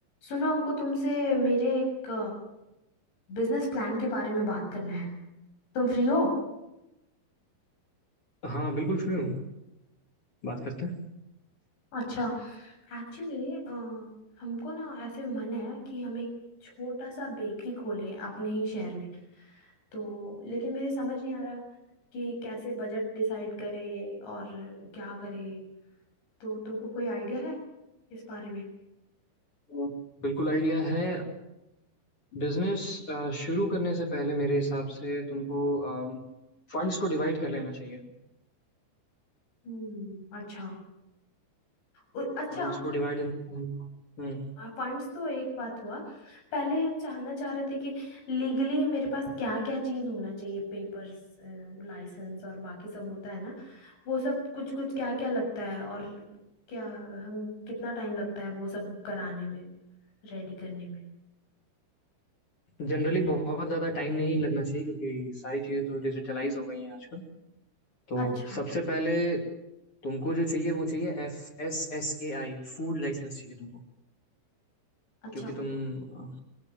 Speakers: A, on the left; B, on the left.
A: सुनो हमको तुमसे मेरे एक बिजनेस प्लान के बारे में बात करना है तुम फ्री हो
B: हाँ बिल्कुल फ्री हूँ बात करते हैं
A: अच्छा एक्चुअली हमको ना ऐसे मन है कि हम एक छोटा सा बेकरी खोलें अपने ही शहर में तो लेकिन मेरे समझ नहीं आ रहा कि कैसे बजट डिसाइड करें और क्या करें तो तुमको कोई आइडिया है इस बारे में
B: तो बिल्कुल आइडिया है बिजनेस शुरू करने से पहले मेरे हिसाब से तुमको फंड्स को डिवाइड कर लेना चाहिए
A: हम्म अच्छा उ- अच्छा
B: फंड्स को डिवाइड हम्म
A: फंड्स तो एक बात हुआ पहले हम जानना चाह रहे थे कि लीगली मेरे पास क्या क्या चीज होना चाहिए पेपर्स लाइसेंस और बाकी सब होता है ना वो सब कुछ कुछ क्या क्या लगता है और क्या हम कितना टाइम लगता है वो सब कराने में रेडी करने में
B: जनरली बहुत ज़्यादा टाइम नहीं लगना चाहिए क्योंकि सारी चीज़ें तो डिजिटलाइज हो गई हैं आजकल तो
A: अच्छा
B: सबसे पहले तुमको जो चाहिए वो चाहिए F S S A I food licence चाहिए तुमको
A: अच्छा
B: क्योंकि तुम अ,